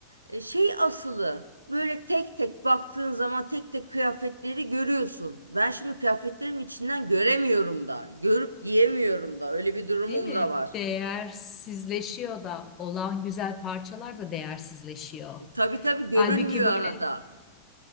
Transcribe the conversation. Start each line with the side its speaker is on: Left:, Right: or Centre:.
Right: e, şey asılı. Böyle tek tek baktığın zaman tek tek kıyafetleri görüyorsun. Ben şimdi kıyafetlerimin içinden göremiyorum da. Görüp giyemiyorum da. Öyle bir durumum
Left: Değil mi?
Right: da var.
Left: Değersizleşiyor da olan güzel parçalar da değersizleşiyor.
Right: E, Tabii tabii görünmüyor
Left: Halbuki böyle
Right: arada.